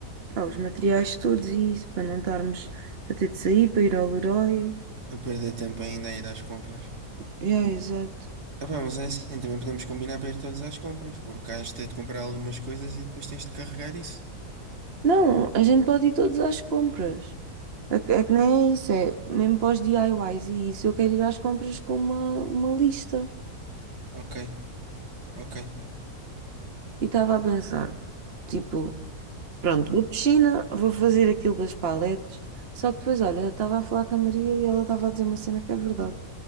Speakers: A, on the right; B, on the right.
A: pá, os materiais todos e isso, para não estarmos a ter de sair para ir ao Leroy.
B: A perder tempo ainda a ir às compras.
A: É, exato.
B: Ah, pá, mas é assim, também podemos combinar para ir todos às compras, porque has de ter de comprar algumas coisas e depois tens de carregar isso.
A: Não, a gente pode ir todos às compras. É que é que nem é isso, é mesmo para os DIYs e isso. Eu quero ir às compras com uma, uma lista.
B: Ok, ok.
A: E estava a pensar, tipo, pronto, vou de China, vou fazer aquilo das paletes. Só que depois, olha, eu estava a falar com a Maria e ela estava a dizer uma cena que é verdade,